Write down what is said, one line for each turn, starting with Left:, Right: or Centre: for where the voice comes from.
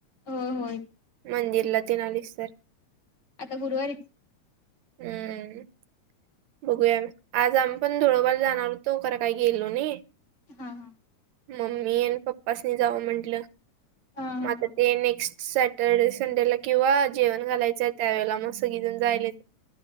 Left: होय होय
Right: मंदिरला तेन आलीस तर
Left: आता गुरुवारीच
Right: हम्म बघूया आज आम्ही पण धुळवरर जाणार होतो खरं काही गेलो नाही.
Left: हा हा
Right: मम्मी अ पप्पासनी जावं म्हंटलं
Left: हा हा
Right: मग आता
Left: हा
Right: ते नेक्स्ट सॅटरडे संडेला किंवा जेवण घालायचंय त्यावेेळेला मग सगळीजण जायल.